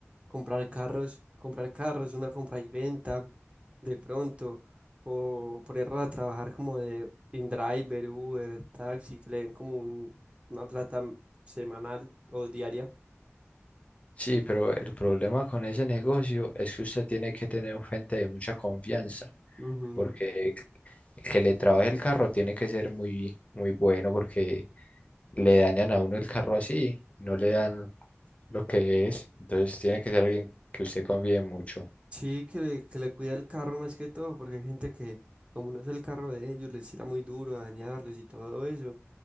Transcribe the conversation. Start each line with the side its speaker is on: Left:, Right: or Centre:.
Right: comprar carros, comprar carros, una compra y venta, de pronto, o ponerlos a trabajar como de InDriver, Uber, taxi, que le den como un- una plata semanal o diaria.
Left: Sí, pero el problema con ese negocio es que usted tiene que tener gente de mucha confianza.
Right: Ujú.
Left: Porque que le trabaje el carro tiene que ser muy, muy bueno porque le dañan a uno el carro así, no le dan lo que es. Entonces tiene que ser alguien que usted confíe mucho.
Right: Sí, que le, que le cuide el carro más que todo, porque hay gente que, como no es el carro de ellos, les tira muy duro a dañarles y todo eso.